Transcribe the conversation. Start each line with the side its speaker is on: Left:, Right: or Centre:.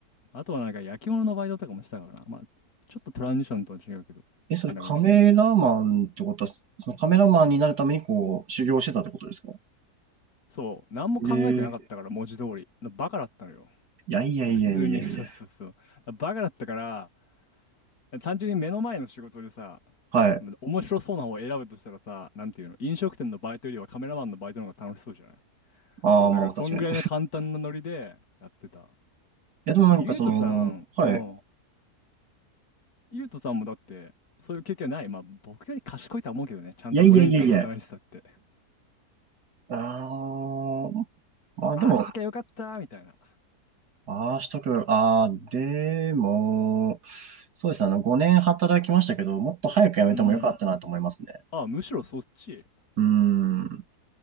Left: あとはなんか焼き物のバイトとかもしたからな。まあ、ちょっとトランジションとは違うけど。
Right: え、それカメラマンってことは、
Left: あ、でもし、
Right: そのカメラマンになるためにこう、修行してたってことですか
Left: そう、何も考えてなかったから、
Right: ええ。
Left: 文字通り。バカだったのよ。
Right: いやいやいやいやいやいや。
Left: で普通に、<laughs> そうそうそう。だバカだったから、単純に目の前の仕事でさ、
Right: はい。
Left: 面白そうな方を選ぶとしたらさ、なんていうの、飲食店のバイトよりはカメラマンのバイトの方が楽しそうじゃない
Right: ああ、
Left: そう、だからそんぐらいの簡単なノリでやってた。
Right: まあ確かに。や、でもなんかその、
Left: で、ゆうとさん、
Right: はい。
Left: うん。ゆうとさんもだって、そういう経験ない。まあ、僕より賢いとは思うけどね、ちゃんと5年間働いてたって。
Right: いやいやいやいや。あー、まあでも、
Left: ああしときゃよかったみたいな。
Right: ああ、しとけば、ああ、でも、そうですね、あの、5年働きましたけど、もっと早く辞めてもよかったなと思いますね。
Left: うん。あ、むしろそっち。
Right: うーん。